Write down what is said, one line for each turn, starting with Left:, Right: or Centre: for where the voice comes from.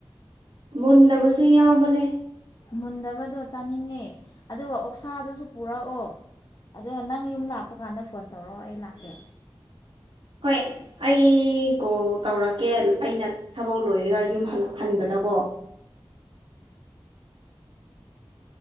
Right: ꯃꯨꯟꯗꯕꯁꯨꯔꯤ ꯌꯥꯎꯕꯅꯦ
Left: ꯃꯨꯟꯗꯕꯗꯣ ꯆꯥꯅꯤꯡꯉꯦ ꯑꯗꯨꯒ ꯑꯣꯛꯁꯥꯗꯨꯁꯨ ꯄꯨꯔꯛꯑꯣ ꯑꯗꯨꯒ ꯅꯪ ꯌꯨꯝ ꯂꯥꯛꯄ ꯀꯥꯟꯗ ꯐꯣꯟ ꯇꯧꯔꯛꯑꯣ ꯑꯩ ꯂꯥꯛꯀꯦ
Right: ꯍꯣꯏ ꯑꯩ ꯀꯣꯜ ꯇꯧꯔꯛꯀꯦ ꯑꯩꯅ ꯊꯕꯛ ꯂꯣꯏꯔꯒ ꯌꯨꯝ ꯍꯜꯂꯛ ꯍꯟꯕꯗꯀꯣ